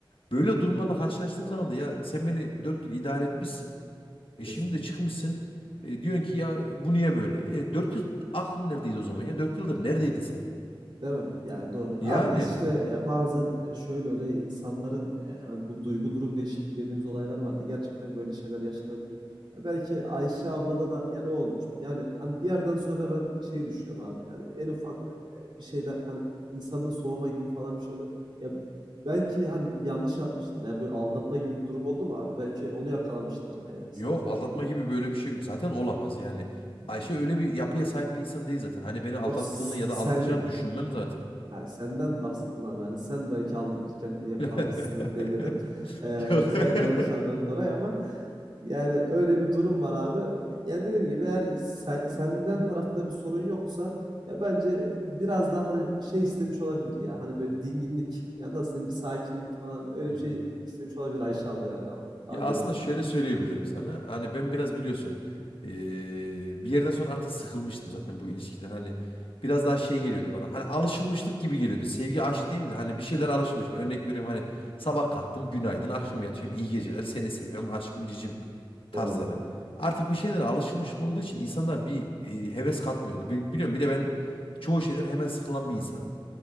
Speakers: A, on the left; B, on the right.
A: böyle durumlarla karşılaştığım zaman da ya sen beni 4 yıl idare etmişsin. E
B: Kesinlikle.
A: şimdi de çıkmışsın. E, diyorsun ki ya bu niye böyle? E, 4 yıl aklın neredeydi o zaman ya? dört yıldır neredeydin sen?
B: Değil mi? Yani doğru.
A: Yani
B: Abi işte e, bazen e, şöyle oluyor. insanların e, hani bu duygu durum değişikliği dediğimiz olaylar var ya. Gerçekten böyle şeyler yaşanabiliyor. Ya belki Ayşe ablada da yani o olmuştur. Yani hani bir yerden sonra ben şey düşünüyorum abi. Yani en ufak e, bir şeyde hani insanla soğuma gibi falan bir şey oluyor. Ya belki hani yanlış yapmıştır. Yani böyle aldatma gibi bir durum oldu mu abi? Belki onu yakalamıştır e, sende.
A: yok aldatma gibi böyle bir şey zaten olamaz yani.
B: Hmm.
A: Ayşe öyle bir yapıya sahip bir insan değil zaten. Hani beni aldattığını
B: Yok s-
A: ya da aldatacağını
B: sen
A: düşünmem zaten.
B: ha, senden bahsettim abi. Hani sen belki aldatırken yakalanmışsındır
A: <laughs>
B: diye dedim. Ee,
A: Yok.
B: sen
A: <laughs>
B: yanlış anladın orayı ama yani öyle bir durum var abi. Yani dediğim gibi eğer sen, senden tarafta da bir sorun yoksa ya bence biraz daha hani şey istemiş olabilir ya. Hani böyle dinginlik ya nasıl diyeyim bir sakinlik falan öyle
A: Hı
B: bir
A: hı.
B: şey istemiş olabilir Ayşe abla yani abi. Abi
A: Ya aslında
B: öyle diyeyim.
A: şöyle söyleyebilirim sana. Hani ben biraz biliyorsun eee, bir yerden sonra artık sıkılmıştım zaten bu ilişkiden. Hani biraz daha şey geliyordu bana. Hani alışılmışlık gibi geliyordu. Sevgi aşk değildi. hani bir şeyler alışılmış. Örnek veriyorum hani sabah kalktım günaydın akşam yatıyorum iyi geceler seni seviyorum aşkım cicim tarzları.
B: Doğru doğru.
A: Artık bir şeylere alışılmış olduğu için insanlar bir eee, heves katmıyordu. Bi- Biliyorum bir de ben çoğu şeyden hemen sıkılan bir insanım.